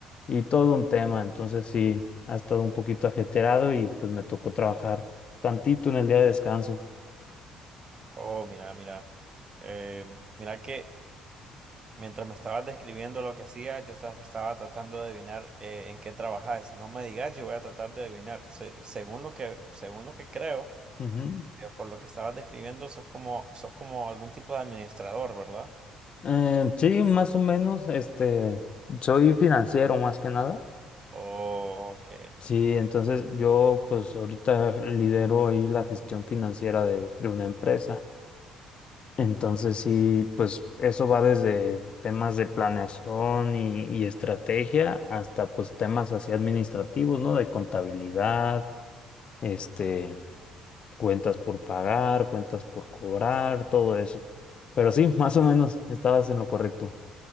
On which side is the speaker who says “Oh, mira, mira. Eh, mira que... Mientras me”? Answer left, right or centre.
Right